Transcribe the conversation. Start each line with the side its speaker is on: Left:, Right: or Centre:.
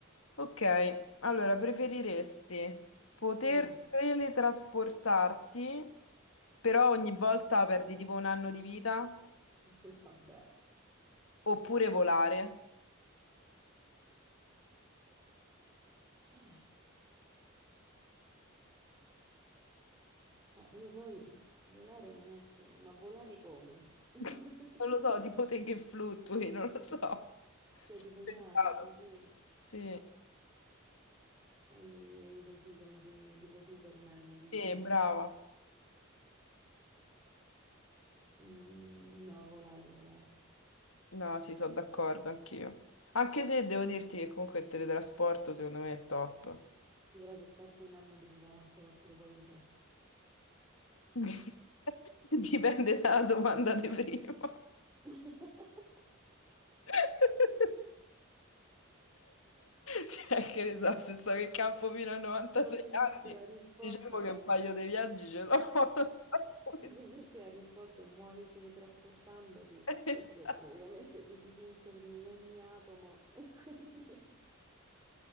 Left: ok, allora preferiresti poter
Right: Mm,
Left: teletrasportarti, però ogni volta perdi tipo un anno di vita,
Right: <laughs> Vabbè.
Left: oppure volare?
Right: eh, cioè, io poi volare non è che... Ma volare come? <laughs>
Left: <laughs> Non lo so, tipo te che fluttui, non lo so. Ho
Right: Cioè, tipo in
Left: pensato.
Right: aria, così.
Left: Sì,
Right: Cioè, quindi così come se tipo Superman, dici.
Left: sì, brava.
Right: Mm, no, volare, volare.
Left: No, sì, sono d'accordo anch'io. Anche se devo dirti che comunque il teletrasporto secondo me è top.
Right: Sì, però se perdi un anno di vita, quante volte lo puoi usare?
Left: <laughs> Dipende dalla domanda di prima.
Right: <laughs>
Left: <laughs> Cioè, che ne so, se so che campo fino a 96
Right: Probabilmente
Left: anni,
Right: la risposta
Left: diciamo che
Right: è,
Left: un paio di viaggi ce l'ho. <laughs> Non so come
Right: probabilmente
Left: dire.
Right: la risposta è muori teletrasportandoti,
Left: Esatto.
Right: perché praticamente ti disintegri in ogni atomo e quindi